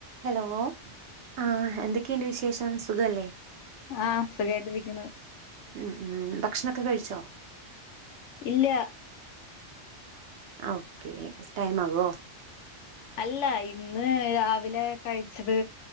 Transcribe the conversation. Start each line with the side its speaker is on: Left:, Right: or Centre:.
Right: Hello ആ എന്തൊക്കെന്റെ വിശേഷം സുഖല്ലേ
Left: ആ സുഖായിട്ടിരിക്ക്ണ്
Right: ഉം ഉം ഭക്ഷണൊക്കെ കഴിച്ചോ
Left: ഇല്ല
Right: ആ ഓക്കേ ടൈം ആകോ
Left: അല്ല ഇന്ന് രാവിലെ കഴിച്ചത്